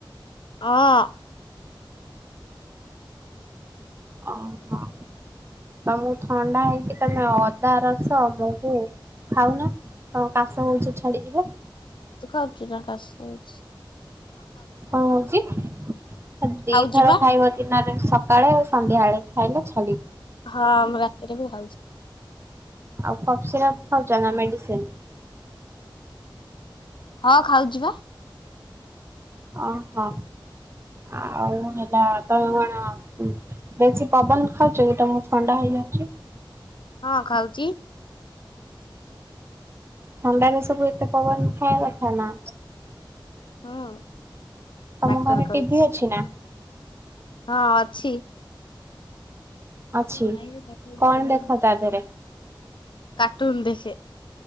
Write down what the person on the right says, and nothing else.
ଅ ହଁ। ତମକୁ ଥଣ୍ଡା ହେଇଚି ତମେ ଅଦା ରସ ମହୁ ଖାଉନ ତମ କାଶ ହଉଚି ଛାଡ଼ିଯିବ।
କଣ ହଉଚି ଆ ଦିଥର
ଖାଇବ ଦିନ ସକାଳେ ଆଉ ସନ୍ଧ୍ୟାବେଳେ ଖାଇଲେ ଛା
ଆଉ କଫ୍ ସିରାପ୍ ଖାଉଚ ନା ମେଡିସିନ୍।
ଓହୋ। ଆଉ ହେଲା ତଣ ବେଶୀ ପବନ ଖାଉଚକି ତମକୁ ଥଣ୍ଡା ହେଇଯାଉଚି।
ଥଣ୍ଡାରେ ସବୁ ଏତେ ପବନ ଖାଇବା କଥା ନା।
ତମ
ଘରେ
ଟିଭି ଅଛି ନା।
ଅଛି
କଣ ଦେଖ
ତା ଦେହରେ